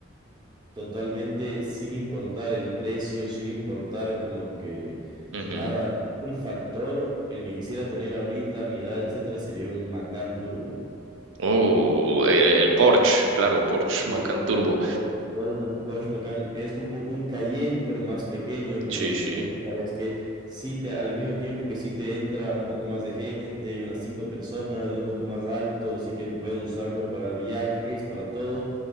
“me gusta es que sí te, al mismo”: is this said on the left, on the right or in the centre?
Right